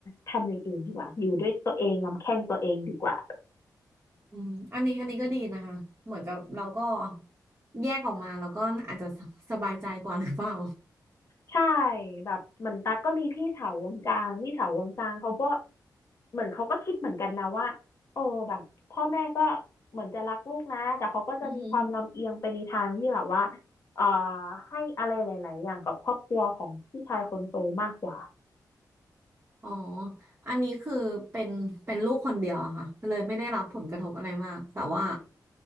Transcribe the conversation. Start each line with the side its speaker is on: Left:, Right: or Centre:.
Left: ทำอย่างอื่นดีกว่าอยู่ด้วยตัวเองลำแข้งตัวเองดีกว่า
Right: อืมอันนี้อันนี้ก็ดีนะคะเหมือนกับเราก็แยกออกมาแล้วก็อาจจะสบายใจกว่าหรือเปล่า
Left: ใช่แบบเหมือนตั๊กก็มีพี่สาววงกลางพี่สาววงกลางเขาก็เหมือนเขาก็คิดเหมือนกันนะว่าเออแบบพ่อแม่ก็เหมือนจะรักลูกนะแต่เขาก็จะมีความลำเอียงไปในทางที่แบบว่า
Right: อือหือ
Left: เอ่อให้อะไรหลายๆอย่างกับครอบครัวของพี่ชายคนโตมากกว่า
Right: อ๋ออันนี้คือเป็นเป็นลูกคนเดียวอะค่ะเลยไม่ได้รับผลกระทบอะไรมากแต่ว่า